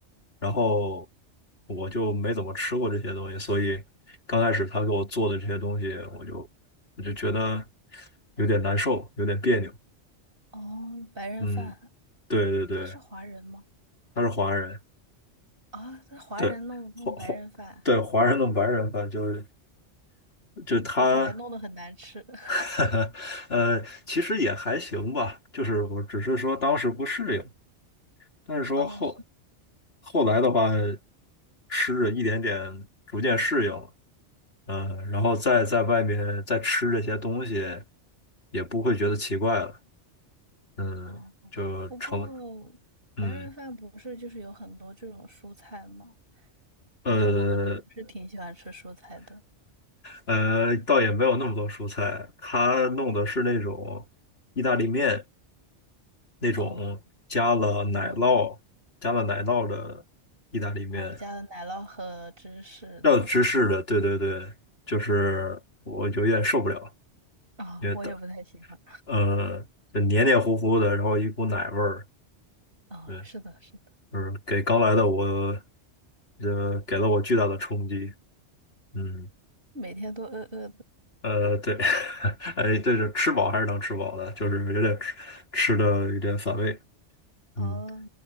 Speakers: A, on the left (about 55°); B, on the right (about 50°).
A: 然后我就没怎么吃过这些东西，所以刚开始她给我做的这些东西，我就我就觉得有点难受，有点别扭，
B: 哦，白人饭，
A: 嗯，对对对，
B: 他是华人吗？
A: 她是华人。
B: 啊，他华人弄弄白人饭，
A: 对，华华对华人跟白人吧，就是就他，
B: 而且还弄得很难吃。<laughs>
A: <laughs> 呃，其实也还行吧，就是我只是说当时不适应，但是说后
B: 哦
A: 后来的话，吃着一点点逐渐适应了，嗯、然后再在外面再吃这些东西，也不会觉得奇怪了，嗯，
B: 哦，
A: 就成，
B: 不过白人饭不是就是有很多这种蔬菜吗？
A: 嗯。呃
B: 然后你不是挺喜欢吃蔬菜的
A: 呃，倒也没有那么多蔬菜，他弄的是那种意大利面，那种加了奶酪、
B: 哦，然后
A: 加了奶酪的意大利面，
B: 哦加了奶酪和芝士的
A: 要有芝士的，对对对，就是我有点受不了，
B: 啊、
A: 因为的，
B: 我也不太喜欢
A: 呃，就黏黏糊糊的，然后一股奶味儿，
B: 啊、
A: 对，
B: 是的，是的，
A: 就是给刚来的我，呃，给了我巨大的冲击，嗯，
B: 每天都饿饿的，
A: 呃，对，<laughs> 哎，对，就吃饱还是能吃饱的，就是有点吃吃的有点反胃，
B: 哦，
A: 嗯，